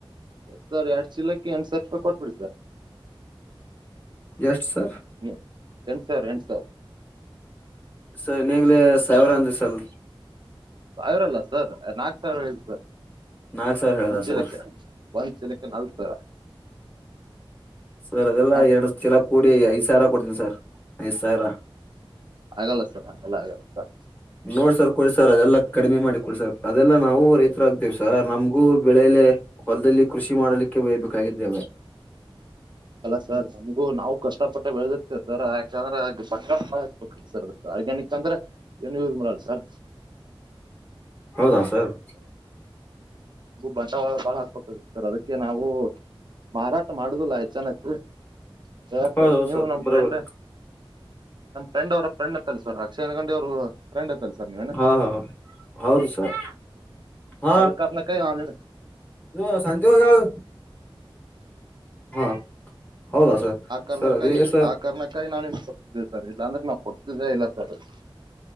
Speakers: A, on the right (about 55°); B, on the left (about 20°).
A: ಸರ್ ಎರಡು ಚೀಲಕ್ಕೆ ಎಂಟು ಸಾವಿರ ರೂಪಾಯಿ ಕೊಟ್ಬಿಡಿ ಸರ್
B: ಎಷ್ಟು ಸರ್
A: ಹೂ ಎಂಟು ಸಾವಿ ಎಂಟು ಸಾವಿರ್
B: ಸರ್ ಇನ್ನೇಾಗಲೇ ಸಾವಿರ ಅಂದ ಸರ್
A: ಅವರಲ್ಲ ಸರ್ ನಾಕ್ು ಸಾವಿರ ಹೇಳ ಸರ್
B: ನಾಕ್ ಸಾವಿರ ಹೇಳ್ದ
A: ಒಂದ್ ಚೀಲಕ್ಕೆ
B: ಸರ್
A: ಒಂದ್ ಚೀಲಕ್ಕೆ ನಾಲ್ಕ್ ಸಾವಿರ
B: ಸರ್ ಅದೆಲ್ಲ
A: ನಾವು
B: ಎರಡು ಕೆಲ ಕೂಡಿ ಐದ್ ಸಾವಿರ ಕೊಡ್ತೀನಿ ಸರ್ ಐದ್ ಸಾವಿರ
A: ಆಗಲ್ಲ ಸರ್ ನಮಗೆಲ್ಲ ಆಗಲ್ಲ ಸರ್
B: ನೋಡ್ಸರ್ ಕೊಡ್ಸರ್ ಅದೆಲ್ಲ ಕಡಿಮೆ ಮಾಡಿ ಕೊಡ್ಸರ್ ಅದೆಲ್ಲಾ ನಾವು ರೈತ ಆಕ್ತೇವಿ ಸರ್ ನಮ್ಗೂ ಬೆಳೆಲೆ ಹೊಲದಲ್ಲಿ ಕೃಷಿ ಮಾಡಲಿಕ್ಕೆ ಬಯಬೇಕಾಗಿದ್ದೇವೆ
A: ಅಲ್ಲ ಸರ್ ನಮ್ಗೂ ನಾವು ಕಷ್ಟ ಪಟ್ಟ ಬೆಳೆದಿರ್ತೇವೆ ಸರ್ ಯಾಕಂದ್ರೆ ಬಬೇಕ ಸರ್ ಅದಕ್ಕೆ ಆರ್ಗ್ಯಾನಿಕ್ ಅಂದ್ರೆ ಏನು ಯೂಸ್ ಮಾಡ ಸರ್
B: ಹೌದಾ ಸರ್
A: ಬಂಟವಾದ ಬಾಳ ಹಾಕ್ಬೇಕ ಸರ್ ಅದಕ್ಕೆ ನಾವು ಮಾರಾಟ ಮಾಡುದಲ್ಲಾ ಹೆಚ್ಚನ್ಚ್ಚ ಯಾ್ರ
B: ಹೌದೌದು
A: ನೀವು
B: ಸರ್
A: ನಮ್
B: ಬರೋಬರ್
A: ಫ್ರೆಂಡ್ ನಮ್ ಫ್ರೆಂಡ್ ಅವರ ಫ್ರೆಂಡ್ ತಲ್ಸರ್ ಶಕ್ಷನಕಂಡಿ ಅವರು ರೆಂಡ್ತ್ತಲ್ಲ ಸರ್ ನೀವೇ
B: ಹಾ ಹಾ ಹೌದು ಸರ್ ಹಾ
A: ಅದ ಕಾರಣಕ್ಕೆ ನಾನ್ ನಿಮ್
B: ಹೇ ಸಂಜೆಗಲ್ ಹೂ ಹೌದ ಸರ್
A: ಆ ಕಾರಣಕ್ಕಾಗಿ
B: ಸರ್ ಅದೇ ಸರ್
A: ಆ ಕಾರಣಕ್ಕಾಗಿ ನಾಿನ್ ಕೊಡ್ತಿದ್ದೆ ಸರ್ ಇಲ್ಲಾಂದ್ರೆ ನಾನ್ ಕೊಡ್ತಿದ್ದೇ ಇಲ್ಲ ಸರ್ ಅದು